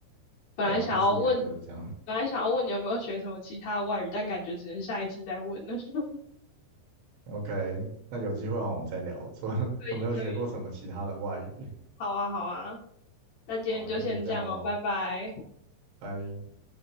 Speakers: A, on the left; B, on the right.
A: 本来想要问，
B: 对啊，一直以来都是这样。
A: 本来想要问你有没有学什么其他外语，但感觉只能下一次再问了。<laughs>
B: OK，那有机会的话我们再聊，说 <laughs>
A: 可以，
B: 有没有学过什么其他的外语？
A: 可以，好啊，好啊，那今天就先这样哦，
B: 好啊，那就是这样喽，
A: 拜拜。
B: 拜。